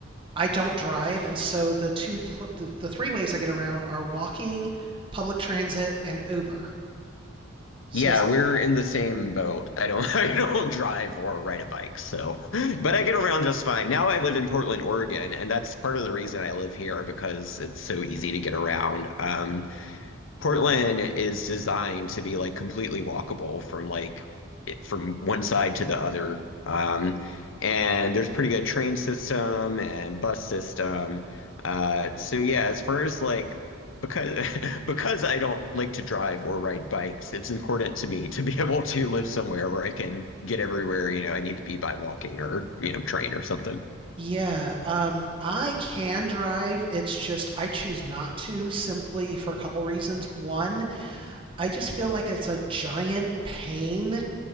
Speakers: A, on the right; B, on the left.
A: I don't drive, and so the two pl- the, the three ways I get around are walking, public transit, and Uber. So
B: Yeah,
A: it's
B: we're in the same boat. I don't <laughs> I don't drive or ride a bike, so but I get around just fine. Now I live in Portland, Oregon, and that's part of the reason I live here because it's so easy to get around. Um, Portland is designed to be like completely walkable from like it- from one side to the other. Um, and there's pretty good train system and bus system. Uh, so yeah, as far as like because <laughs> because I don't like to drive or ride bikes, it's important to me to be <laughs> able to live somewhere where I can get everywhere, you know, I need to be by walking or, you know, train or something.
A: Yeah, um, I can drive. It's just I choose not to simply for a couple reasons. One, I just feel like it's a giant pain,